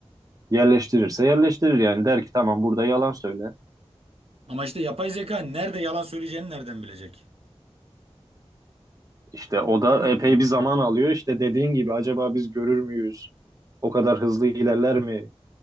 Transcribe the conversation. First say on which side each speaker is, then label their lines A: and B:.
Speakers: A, on the right (about 35°); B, on the right (about 65°).
A: Yerleştirirse yerleştirir yani. Der ki tamam burada yalan söyle.
B: Ama işte yapay zeka nerede yalan söyleyeceğini nereden bilecek?
A: İşte o da
B: Hangi
A: epey
B: durumda?
A: bir zaman alıyor. İşte dediğin gibi acaba biz görür müyüz? O kadar hızlı ilerler mi?